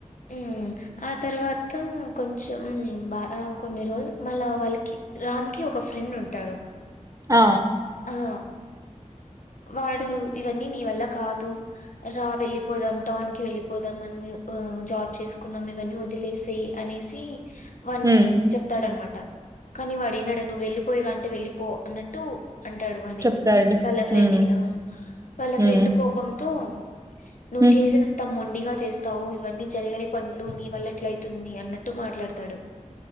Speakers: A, on the left (about 80°); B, on the right (about 25°).
A: మ్మ్ ఆ తర్వాత కొంచెం బా కొన్ని రోజులు మళ్ళా వాళ్ళకి రామ్ ఒక ఫ్రెండ్ ఉంటారు
B: ఆ
A: ఆ వాడు ఇవన్నీ నీ వల్ల కాదు రా వెళ్ళిపోదాం టౌన్ కి వెళ్ళిపోదాం మనం ఆ జాబ్ చేసుకుందాం ఇవన్నీ వదిలేస అనేసి వాణి
B: హ్మ్
A: చెప్తాడనమాట ట కానీ వాడినడు నువ్వు వెళ్లిపోయగా అంటే వెళ్ళి పో అన్నట్టు అంటాడు అనేని
B: చెప్తాడు
A: వాళ్ళ ఫ్రెండిని
B: హ్మ్
A: వాళ్ళ
B: హ్మ్
A: ఫ్రెండ్ కోపం తో నువ్వు
B: హ్మ్
A: చేసేది అంతా మొండి గా చేస్తావు ఇవన్నీ జరగని పనులు నీ వల్ల ఎట్ల అయితుంది అన్నట్టు మాట్లాడతాడు